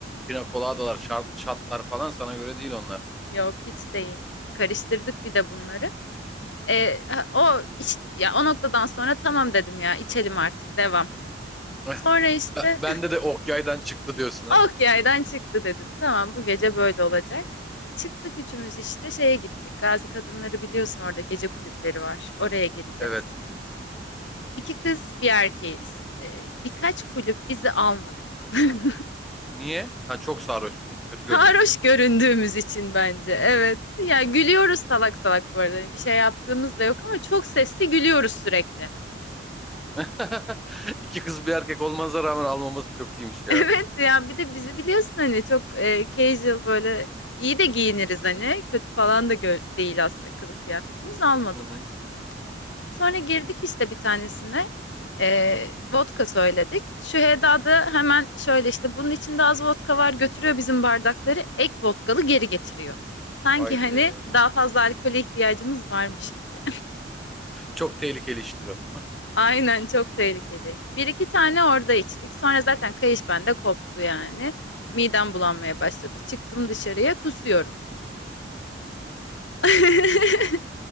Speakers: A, in the centre; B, on the left (about 75°).
A: pina coladalar, şart, şatlar falan sana göre değil onlar.
B: Yok hiç değil. Karıştırdık bir de bunları. E, o iş- ya o noktadan sonra tamam dedim ya içelim artık devam.
A: <laughs>
B: Sonra işte
A: Ben- Bende de ok yaydan çıktı diyorsun ha.
B: Ok yaydan çıktı dedim. Tamam bu gece böyle olacak. Çıktık üçümüz işte şeye gittik. Gazi Kadınları biliyorsun orada gece kulüpleri var. Oraya gireceğiz.
A: Evet.
B: İki kız bir erkeğiz. Ee, birkaç kulüp bizi almadı. <laughs>
A: Niye? Ha çok sarhoşsunuz, kötü görünüyorsunuz
B: Sarhoş göründüğümüz
A: diye.
B: için bence. Evet. Ya gülüyoruz salak salak bu arada. Hani bir şey yaptığımız da yok ama çok sesli gülüyoruz sürekli. <laughs>
A: <laughs> İki kız bir erkek olmanıza rağmen almaması çok iyiymiş ya.
B: Evet ya bir de bizi biliyorsun hani çok e, casual böyle iyi de giyiniriz hani. Kötü falan da gö- değil aslında kılık kıyafetimiz almadılar.
A: Hı hı.
B: Sonra girdik işte bir tanesine. Eee, vodka söyledik. Şüheyda da hemen şöyle işte bunun içinde az vodka var götürüyor bizim bardakları. Ek vodkalı geri getiriyor. Sanki
A: Haydi.
B: hani daha fazla alkole ihtiyacımız varmış gibi.
A: Çok tehlikeli iştir o.
B: <laughs> Aynen çok tehlikeli. Bir iki tane orada içtik. Sonra zaten kayış bende koptu yani. Midem bulanmaya başladı. Çıktım dışarıya kusuyorum. <laughs>